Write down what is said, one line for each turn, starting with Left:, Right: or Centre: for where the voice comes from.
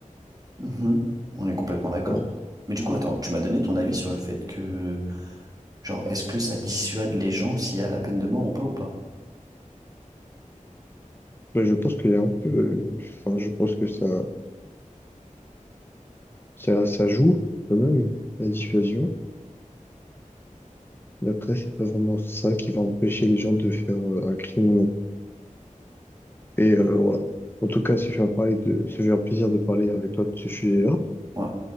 Right: Mhm. On est complètement d'accord.
Left: Voilà.
Right: Mais du coup, attends, tu m'as donné ton avis sur le fait que, genre, est-ce que ça dissuade les gens s'il y a la peine de mort ou pas ou pas?
Left: Ben, je pense qu'il y a un peu, euh, enfin, je pense que ça, ça, ça joue quand même, la dissuasion. Mais après, c'est pas vraiment ça qui va empêcher les gens de faire euh, un crime ou non. Et euh, voilà. En tout cas, ça fait un parler de, ça fait un plaisir de parler avec toi de ce sujet-là.
Right: Ouais,